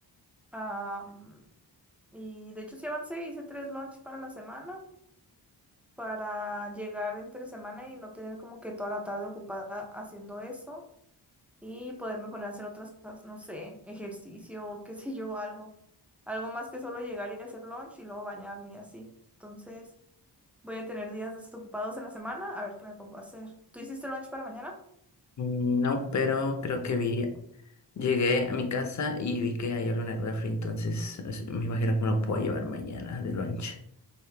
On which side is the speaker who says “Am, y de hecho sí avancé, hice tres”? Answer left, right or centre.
Centre